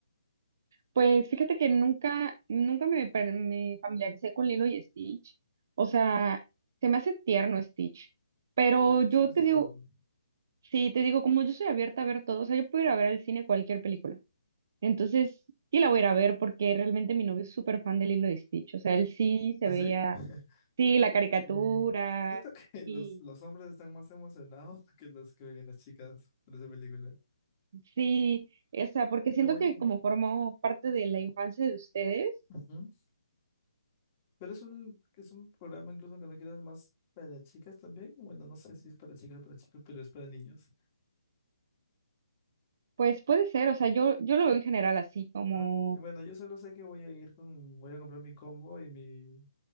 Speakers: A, on the right; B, on the left.
A: Pues fíjate que nunca, nunca me, per- me familiaricé con Lilo y Stitch. O sea, se me hace tierno Stitch. Pero
B: Ya, a mí
A: yo
B: sí me hace
A: te
B: cerdo.
A: digo, sí, te digo, como yo soy abierta a ver todo, o sea, yo puedo ir a ver al cine cualquier película. Entonces, sí la voy a ir a ver porque realmente mi novio es súper fan de Lilo y Stitch. O sea, él sí se
B: ¿Ah,
A: veía,
B: sí? <laughs>
A: sí, la caricatura,
B: Eh, yo creo que <laughs>
A: y
B: los, los hombres están más emocionados <laughs> que los que las chicas por esa película.
A: sí, o sea, porque
B: Yo
A: siento
B: voy.
A: que como formó parte de la infancia de ustedes,
B: <laughs> Pero es un, es un programa incluso que no quieras más para chicas también. Bueno, no sé si es para chicas o para chicos, pero es para niños.
A: pues puede ser, o sea, yo, yo lo veo en general así, como...
B: Ah, Bueno, yo solo sé que voy a ir con, voy a comprar mi combo y mi,